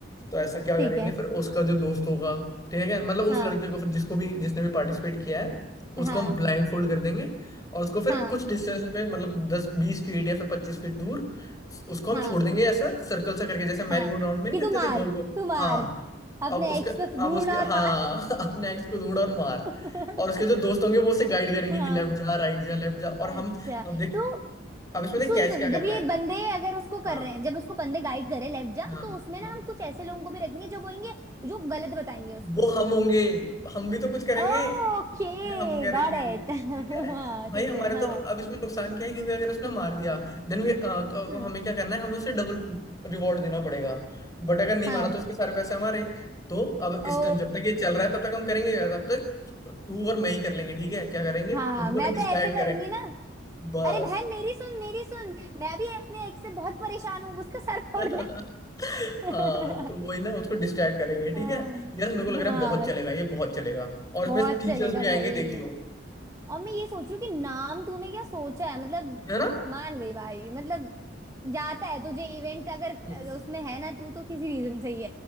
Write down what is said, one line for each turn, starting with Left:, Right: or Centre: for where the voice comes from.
Left: तो ऐसा क्या
Right: ठीक
Left: करेंगे
Right: है
Left: फिर उसका जो दोस्त होगा ठीक है मतलब उस
Right: हाँ
Left: लड़के को फिर जिसको भी जिसने भी पार्टिसिपेट किया है उसको
Right: हाँ
Left: हम ब्लाइंड फोल्ड कर देंगे और उसको फिर
Right: हाँ
Left: कुछ डिस्टेंस में मतलब दस बीस फीट या फिर पच्चीस फीट दूर उसको हम
Right: हाँ
Left: छोड़ देंगे ऐसा सर्कल सा करके जैसे मैरीगोल्ड
Right: हाँ
Left: राउंड में नहीं
Right: कि
Left: करते
Right: तू मार
Left: थे गोल गोल
Right: तू मार
Left: हाँ
Right: अपने
Left: अब उसके
Right: एक्स को
Left: अब
Right: ढूंढ
Left: उसके
Right: और
Left: हाँ
Right: मार
Left: <laughs> अब नेक्स्ट को ढूंढ और मार
Right: <laughs>
Left: और उसके जो दोस्त होंगे वो उसे गाइड करेंगे
Right: हाँ
Left: कि लेफ्ट जा राइट जा लेफ्ट जा और
Right: अच्छा
Left: हम अब देख
Right: तो
Left: अब इसमें
Right: सुन
Left: देख कैच
Right: सुन
Left: क्या करना
Right: जब ये
Left: है
Right: बंदे अगर उसको
Left: हाँ
Right: कर रहे हैं जब उसको बंदे गाइड कर रहे हैं लेफ्ट जा
Left: हाँ
Right: तो उसमें
Left: हाँ
Right: ना हम कुछ ऐसे लोगों को भी रखेंगे जो बोलेंगे जो गलत बताएंगे उसको
Left: वो हम होंगे हम भी तो कुछ करेंगे
Right: Okay
Left: ये हम करेंगे
Right: got it
Left: ठीक
Right: <laughs>
Left: है
Right: हाँ
Left: भाई
Right: ठीक
Left: हमारे
Right: है हाँ
Left: तो अब इसमें नुकसान क्या है क्योंकि अगर उसने मार दिया देन वी अ, तो, तो
Right: हम्म,
Left: हमें क्या करना है हमें उसे डबल रिवॉर्ड देना पड़ेगा बट अगर नहीं
Right: हाँ
Left: मारा तो उसके सारे पैसे हमारे तो अब इस
Right: ओ
Left: टाइम जब तक ये चल रहा है तब तक हम करेंगे क्या तब तक तू तू और मैं ही कर लेंगे ठीक है क्या करेंगे
Right: हाँ
Left: उनको
Right: मैं
Left: ना डिस्ट्रैक्ट
Right: तो ऐसे करूंगी
Left: करेंगे
Right: ना
Left: बस
Right: अरे बहन मेरी सुन मेरी सुन मैं भी अपने एक से बहुत परेशान हूँ उसका सर फोड़
Left: <laughs>
Right: दे <laughs>
Left: हाँ तो वही ना उसको डिस्ट्रैक्ट करेंगे ठीक
Right: हाँ
Left: है यार मेरे को लग रहा
Right: हाँ
Left: है बहुत चलेगा ये बहुत चलेगा और इसमें
Right: बहुत
Left: टीचर्स
Right: चलेगा
Left: भी आएंगे
Right: भाई
Left: देखियो
Right: और मैं ये सोचू कि नाम तूने क्या सोचा है मतलब
Left: है ना
Right: मान गई भाई मतलब जाता है तुझे इवेंट अगर
Left: <laughs>
Right: उसमें है ना तू तो किसी रीजन से ही